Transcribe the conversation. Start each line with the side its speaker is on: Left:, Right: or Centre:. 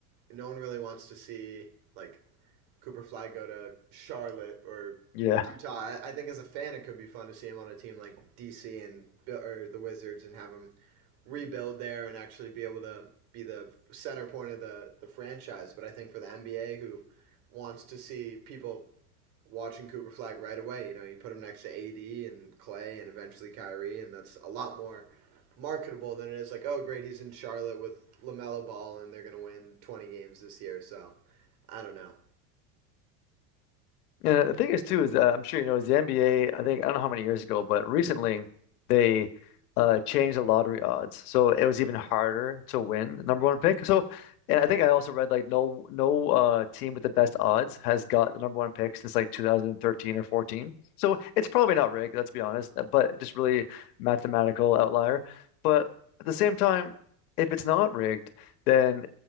Right: no one really wants to see, like, Cooper Flag go to Charlotte or
Left: Yeah.
Right: Utah. I, think as a fan, it could be fun to see him on a team like DC and or the Wizards and have him rebuild there and actually be able to be the center point of the the franchise. But I think for the NBA, who wants to see people watching Cooper Flag right away, you know, you put him next to AD and Clay and eventually Kyrie, and that's a lot more marketable than it is like, oh, great, he's in Charlotte with Lamelo Ball and they're gonna win 20 games this year. So I don't know.
Left: And the thing is, too, is uh, I'm sure you know, is the NBA, I think, I don't know how many years ago, but recently they uh, changed the lottery odds. So it was even harder to win the number one pick. So, and I think I also read like no no uh, team with the best odds has got the number one pick since like 2013 or 14. So
Right: Well,
Left: it's probably not rigged, let's be honest, uh, but just really mathematical outlier. But
Right: Yeah.
Left: at the same time, if it's not rigged, then